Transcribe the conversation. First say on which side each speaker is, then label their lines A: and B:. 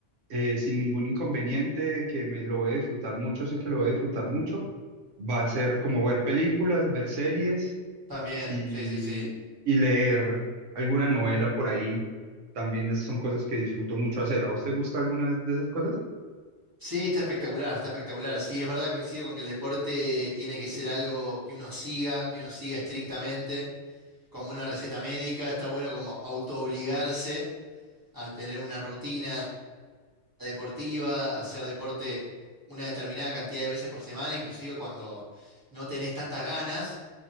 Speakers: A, on the right; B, on the right.
A: eh, sin ningún inconveniente, que me lo voy a disfrutar mucho, sé que lo voy a disfrutar mucho. Va a ser como ver películas, ver series
B: También.
A: y,
B: Sí, sí, sí.
A: y leer alguna novela por ahí. También es- son cosas que disfruto mucho hacer. ¿A vos te gusta alguna de esas cosas?
B: Sí, está espectacular, está espectacular. Sí, es verdad, coincido con que el deporte tiene que ser algo que uno siga, que uno siga estrictamente, como una receta médica. Está bueno como autoobligarse a tener una rutina deportiva, a hacer deporte una determinada cantidad de veces por semana, inclusive cuando no tenés tantas ganas,